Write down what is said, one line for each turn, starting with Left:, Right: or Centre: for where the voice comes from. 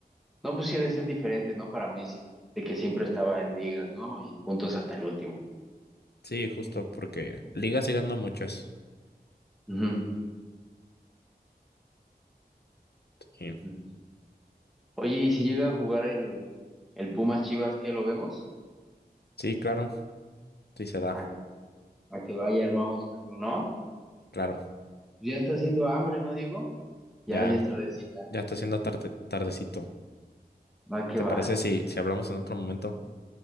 Centre: No, pues sí ha de ser diferente, ¿no? Para Messi, de que siempre estaba en ligas, ¿no? Y puntos hasta el último.
Left: Sí, justo porque ligas sigue dando muchas.
Centre: Ujú.
Left: Sí,
Centre: Ujú. Oye, ¿y si llega a jugar el, el Pumas Chivas, qué lo vemos?
Left: Sí, claro, sí se da,
Centre: A, a que vaya, armamos algo, ¿no?
Left: claro.
Centre: Ya está haciendo hambre, ¿no, Diego? Ya,
Left: Ya,
Centre: ya es tardecita.
Left: ya está siendo tarde, tardecito.
Centre: Va que
Left: ¿Te
Centre: va.
Left: parece si, si hablamos en otro momento?